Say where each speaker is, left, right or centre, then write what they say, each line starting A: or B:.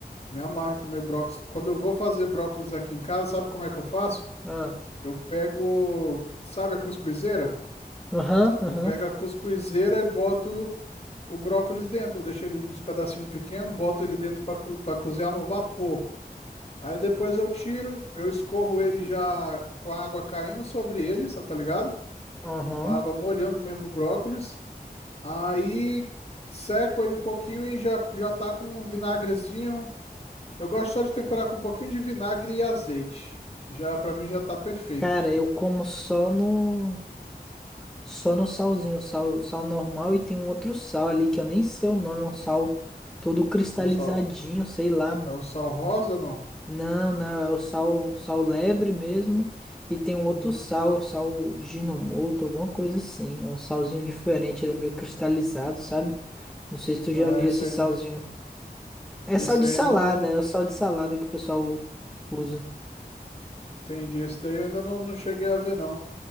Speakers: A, on the left; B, in the centre.
A: Me amarra em comer brócolis. Quando eu vou fazer brócolis aqui em casa, sabe como é que eu faço?
B: Ah,
A: Eu pego, sabe a cuscuzeira?
B: Aham, aham,
A: Eu pego a cuscuzeira e boto o brócolis dentro. Eu deixo ele nos pedacinhos pequenos, boto ele dentro para co pra cozinhar no vapor. Aí depois eu tiro, eu escorro ele já com a água caindo sobre ele, só tá ligado?
B: aham.
A: Com a água molhando mesmo o brócolis. Aí seco ele um pouquinho e já, já tá com um vinagrezinho. Eu gosto só de temperar com um pouquinho de vinagre e azeite. Já para mim já tá perfeito.
B: Cara, eu como só no. Só no salzinho, um sal, sal normal e tem um outro sal ali que eu nem sei o nome, é um sal todo cristalizadinho,
A: Eu só,
B: sei lá, mano.
A: é o sal rosa, não?
B: Não, não, é o sal, sal lebre mesmo e tem um
A: Uhum.
B: outro sal, sal ginomoto, alguma coisa assim. É um salzinho diferente, ele é meio cristalizado, sabe? Não sei se tu
A: Ah,
B: já viu
A: esse
B: esse
A: aí,
B: salzinho. É
A: esse
B: sal de
A: aí
B: salada,
A: ainda não
B: é o sal de salada que o pessoal usa.
A: entendi. Esse daí eu ainda não, não cheguei a ver, não.